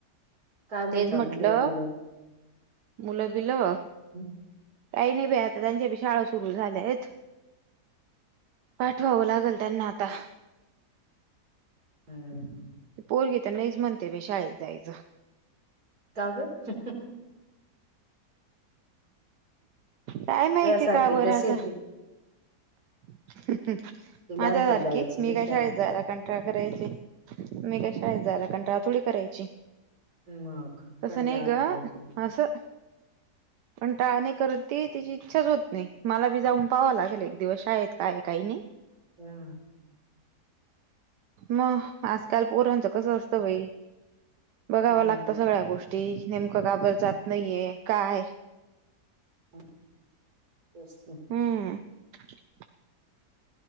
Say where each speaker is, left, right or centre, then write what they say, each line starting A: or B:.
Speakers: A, on the right (about 60°); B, on the right (about 85°).
A: काय मिळत
B: तेच म्हटलं
A: मुगवर तला
B: मुलं बिल
A: हम्.
B: काही नाही बा आता त्यांच्या शाळा सुरू झाल्या आहेत. पाठवावं लागेल त्यांना आता
A: हम्म.
B: पोरी तर नाहीच म्हणते शाळेत जायचं.
A: का बरं
B: काय माहिती
A: वेळासारखी
B: का बरं
A: नसेल
B: आता
A: ती
B: <inaudible> हम
A: ती
B: माझ्या
A: लहानपण
B: सारखी
A: जायची
B: मी
A: निशा
B: का शाळेत जायला कंटाळ करायची मी का शाळेत जायला कंटाळ थोडी करायची.
A: मग
B: तस
A: कंटाळा
B: नाही ग
A: करायचा
B: असं पण टाळणे करत त त्याची इच्छाच होत नाही मला बी जाऊन पाहाव लागेल एक दिवस आहेत काय काही नाही.
A: हा.
B: मग आजकाल पोरांचं कसं असतं बाई.
A: हम्म
B: बघाव लागत सगळ्या गोष्टी नेमकं गाबर जात नाहीये काय
A: हम तस
B: हम्म <unintelligible>